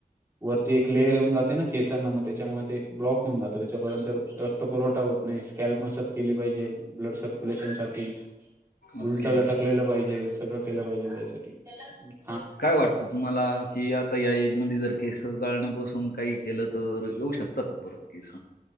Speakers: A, on the right; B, on the left.
A: वरती एक लेअर येऊन जाते ना, केसांना मग त्याच्यामुळे ते ब्लॉक होऊन जातं,, त्याच्यापर्यंत रक्त पुरवठा होतोऽ स्कॅल् मसाथ केली पाहिजे, ब्लड सर्क्युलेशन साठीऽ
B: ओके
A: उंचाला टकलेलं पाहिजे, सगळं केलं पाहिजे, त्यासाठीऽ
B: काय वाटतं तुम्हाला, की आता या एज मध्ये जर केसऽ गळण्यापासून काही केलं तर येऊ शकत का परत केस?